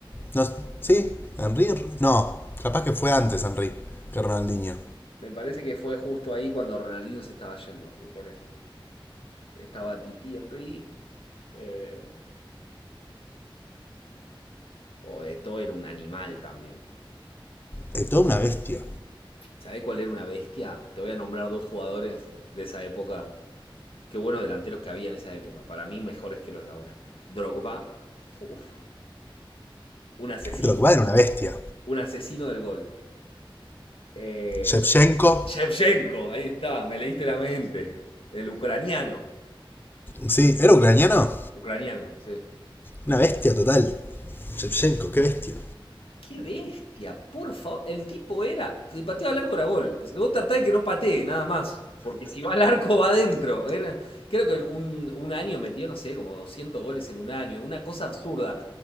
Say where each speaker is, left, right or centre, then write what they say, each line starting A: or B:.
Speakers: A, on the left; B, on the left.
A: No, ¿Sí? ¿Henry? No, capaz que fue antes Henry que Ronaldinho.
B: Me parece que fue justo ahí cuando Ronaldinho se estaba yendo, me parece. Estaba Titi Henry. Eh, o Eto'o era un animal también.
A: De todo una bestia.
B: ¿Sabés cuál era una bestia? Te voy a nombrar dos jugadores de esa época. Qué buenos delanteros que había en esa época. Para mí, mejores que los de ahora. Drogba, uf, un asesino.
A: Drogba era una bestia.
B: Un asesino del gol. Eh,
A: Shevchenko,
B: Shevchenko, ahí está, me leíste la mente. El ucraniano.
A: sí, ¿era ucraniano?
B: Ucraniano, sí.
A: Una bestia total. Shevchenko, qué bestia.
B: Qué bestia, por favor. El tipo era. Si pateaba al arco era gol. O sea, vos tratá de que no patee, nada más. Porque si va al arco, va adentro. Era- creo que en un, un año metió, no sé, como 200 goles en un año. Una cosa absurda.